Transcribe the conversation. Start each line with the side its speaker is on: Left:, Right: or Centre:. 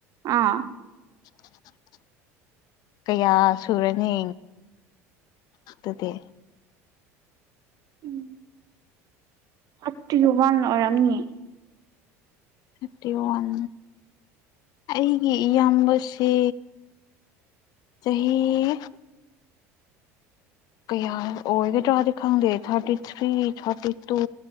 Right: ꯑꯥ
Left: <unintelligible> ꯀꯌꯥ ꯁꯨꯔꯅꯤ ꯑꯗꯨꯗꯤ
Right: ꯎꯝ ꯊꯥꯔꯇꯤ ꯋꯥꯟ ꯑꯣꯢꯔꯝꯅꯤ
Left: ꯊꯥꯔꯇꯤ ꯋꯥꯟ ꯑꯩꯒꯤ ꯏꯌꯥꯝꯕꯁꯦ ꯆꯍꯤ
Right: <unintelligible>
Left: ꯀꯌꯥ ꯑꯣꯏꯒꯗ꯭ꯔꯗꯤ ꯈꯪꯗꯦ ꯊꯥꯔꯇꯤ ꯊ꯭ꯔꯤ ꯊꯥꯔꯇꯤ ꯇꯨ